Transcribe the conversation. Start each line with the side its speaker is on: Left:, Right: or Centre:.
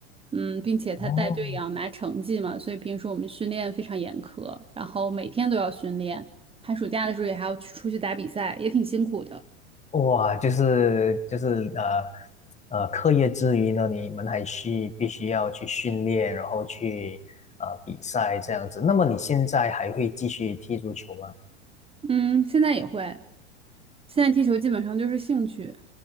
Right: 嗯，并且他带队也要拿成绩嘛，
Left: 哦。
Right: 所以平时我们训练非常严苛，然后每天都要训练，寒暑假的时候也还要去出去打比赛，也挺辛苦的。
Left: 哇，就是就是呃呃，课业之余呢，你们还需必须要去训练，然后去呃比赛这样子。那么你现在还会继续踢足球吗？
Right: 嗯，现在也会。现在踢球基本上就是兴趣，